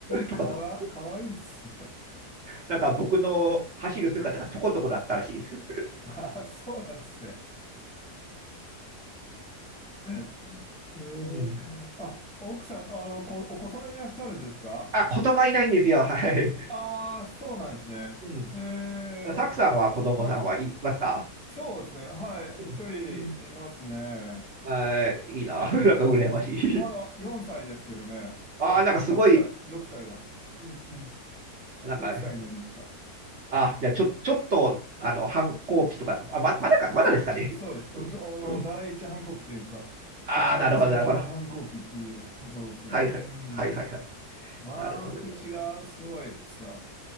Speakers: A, on the right; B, in the centre.
A: とことこ。
B: かわ、かわいいっすね。
A: なんか僕の走る姿がとことこだったらしいです。
B: あ、そうなんですね。えー、
A: うん。
B: あ、
A: <laughs>
B: 奥さん、あの、こ、お子さんいらっしゃるんですか
A: あ、言葉いないんですよ。はい。
B: ああー、そうなんですね。
A: うん。
B: ええ、
A: サクさんは子供さんはいますか
B: はい。そうですね。はい。
A: うん。
B: 一人いますね。
A: うんあーいいな。
B: うん。
A: <laughs> なんか羨ましい。
B: まだ4歳ですけどね。
A: ああ、
B: あ、
A: なんかすごい、
B: 6歳、6歳だ。うんうん。
A: なんか、
B: 6歳になりました。
A: あ、じゃあちょ、ちょっと、あの、反抗期とか、あ、ま、まだか、まだですかね。
B: そうです。そうです。あの、
A: うん、
B: あの第一反抗期っていうんですか。
A: うん。ああ、
B: 一番最初の反抗期っていうところですね。
A: なるほど、なるほど。はいはい、
B: うん。
A: はいはいはい。
B: まあ、
A: なるほど、
B: 口がすごいですよ。
A: なるほど。